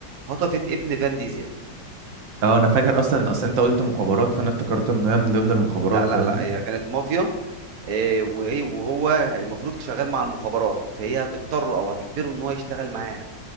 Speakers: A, on the right; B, on the right.
A: خطفت ابن فان ديزل
B: اه انا فاكر اصلا اصلا انت قلت مخابرات فانا افتكرت ان هي من ضمن المخابرات
A: لا لا
B: فاهمني
A: لا هي كانت مافيا آه، وهي وهو المفروض شغال مع المخابرات فهي هتضطره او هتجبره ان هو يشتغل معاها